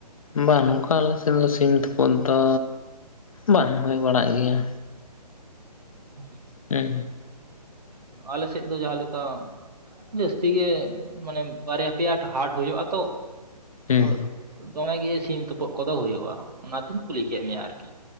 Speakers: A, on the left; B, on the right.
A: ᱵᱟᱝ ᱱᱚᱝᱠᱟ ᱟᱞᱮ ᱥᱮᱫ ᱫᱚ ᱥᱤᱢ ᱛᱳᱯᱳᱫ ᱫᱚ ᱵᱟᱝ ᱦᱳᱭ ᱵᱟᱲᱟᱜ ᱜᱮᱭᱟ
B: ᱵᱷᱟᱞᱮ ᱜᱮ
A: ᱩ
B: ᱟᱞᱮᱥᱮᱫ ᱫᱚ ᱡᱟ ᱞᱮᱠᱟ ᱡᱟᱹᱥᱛᱤ ᱜᱮ ᱢᱟᱱᱮ ᱵᱟᱨᱭᱟ ᱯᱮᱭᱟ ᱦᱟᱴ ᱦᱳᱭᱳᱜ ᱟᱛᱚ
A: ᱦᱩᱸ
B: ᱛᱚ ᱫᱚᱢᱮ ᱜᱮ ᱥᱤᱢ ᱛᱩᱯᱩᱜ ᱠᱚᱫᱚ ᱦᱩᱭᱩᱜᱼᱟ ᱚᱱᱟ ᱛᱤᱧ ᱠᱩᱞᱤ ᱠᱮᱫ ᱢᱮᱭᱟ ᱟᱨᱠᱤ